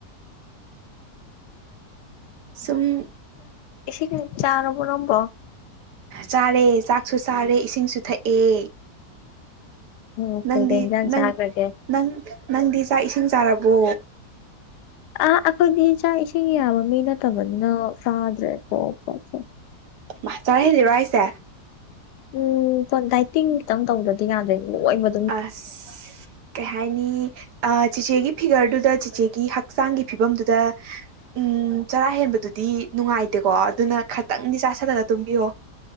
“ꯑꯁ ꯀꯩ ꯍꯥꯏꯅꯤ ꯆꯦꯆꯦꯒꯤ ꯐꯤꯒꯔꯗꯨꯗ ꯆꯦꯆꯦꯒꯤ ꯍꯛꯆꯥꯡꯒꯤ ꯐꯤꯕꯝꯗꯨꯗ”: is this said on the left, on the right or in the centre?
Right